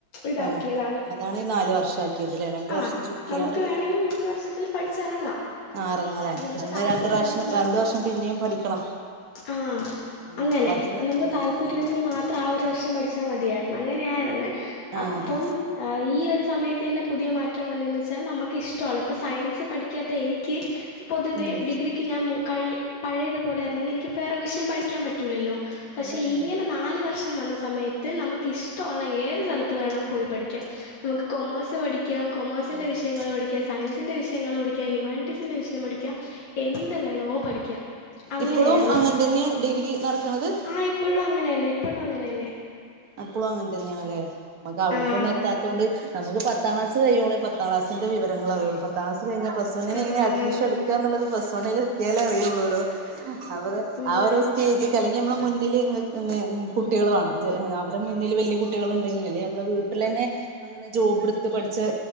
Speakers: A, on the left (about 80°); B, on the right (about 55°).
A: ഇതാക്കിയതാണ്
B: ആഹ് അതാണ് ഈ നാല് വർഷ് ഷാക്കിയത് ല്ലേ രണ്ട്
A: ആ
B: വർഷം ചുരുക്കിയാണ്ട്
A: നമുക്ക്
B: ഒര്
A: വേണമെങ്കിൽ മൂന്ന് വർഷത്തിൽ പഠിച്ചിറങ്ങാം
B: ആഹ് എറങ്ങലേ
A: നമുക്ക്
B: പിന്നെ
A: താല്പര്യം
B: രണ്ട്റാശ്യം
A: ഉണ്ടെങ്കിൽ മാത്രം
B: രണ്ട് വർഷം പിന്നിം പഠിക്കണം
A: ആഹ്
B: ആഹ്
A: അങ്ങനെ
B: അപ്പൊ അതിന്
A: നമുക്ക്
B: ആഹ്
A: താല്പര്യം ഉണ്ടെങ്കിൽ മാ ത്ര ആ ഒരു വർഷം പഠിച്ചാ മതിയാർന്ന് അങ്ങനെയായിര്ന്നെ
B: ആഹ്
A: അപ്പം ഏ ഈ ഒരു സമയത്തെന്നെ പുതിയ മാറ്റം വന്നെന്ന് വെച്ചാൽ നമക്ക് ഇഷ്ട്ടോള്ള ഇപ്പൊ സയൻസ് പഠിക്കാത്ത എനിക്ക് പൊതുവേ
B: ഉം
A: ഡിഗ്രി ക്ക് ഞാൻ മൂ കഴി പഴേതുപോലാര്ന്നെങ്കി എനിക്ക്പ്പ വേറെ വിഷയം പഠിക്കാൻ പറ്റൂലല്ലോ പക്ഷെ
B: ഏഹ്
A: ഇങ്ങനെ നാല് വർഷ് ഷം വന്ന സമയത്ത് നമക്ക് ഇഷ്ട്ടൊള്ള ഏത് സ്ഥലത്ത് വേണേം പോയി പഠിക്ക നമുക്ക് കൊമേഴ്സ് പഠി ക്ക്യാം കൊമേഴ്സിന്റെ
B: ആഹ്
A: വിഷയങ്ങള് പഠിക്ക്യാം സയൻസിന്റെ വിയങ്ങള് പഠിക്ക്യ ഹ്യൂമാനിറ്റീസിന്റെ വിഷയം പഠിക്ക്യാം എന്ത് വേണോ പഠിക്ക്യ അങ്ങനെയായിര്ന്ന്
B: ഇപ്പളും അങ്ങനെ തന്നെ ഡിഗ്രി നടക്കണത്
A: ആഹ് ഇ പ്പഴും അങ്ങനെന്നെ ഇപ്പോഴും അങ്ങനെന്നെ
B: അപ്പളും അങ്ങനെ തന്നെയാണ്ല്ലേ നമക്ക് അവ്ട്ക്കൊന്നു
A: ആഹ്
B: എത്താത്തോണ്ട് നമക്ക് പത്താം ക്ലാസ് കഴിയോളെ പത്താം ക്ലാസിന്റെ വിവരങ്ങള്റിയൊള്ളൂ പ ത്താം ക്ലാസ് കഴിഞ്ഞാ പ്ലസ് വണ്ണിന്
A: ആഹ്
B: എങ്ങനെ അഡ്മിഷൻ എട്ക്കാന്ന്ള്ളത് പ്ലസ് വണ്ണില് എത്തിയാലേ അറിയള്ളോലോ അപ്പത്
A: ഉം
B: ആ ഒരു സ്റ്റേജ്‌ക്ക് അല്ലെങ്കി നമ്മളെ മുന്നിൽ നിക്ക്ന്നെ കുട്ട്യേള് വാണം <unintelligible> അവരെ മുന്നില് വല്യ കുട്ട്യേള്ണ്ടെങ്കി അല്ലേ നമ്മളെ വീട്ടിലെന്നെ അങ്ങനെ ജോബ്ട്ത്ത് പഠിച്ചേ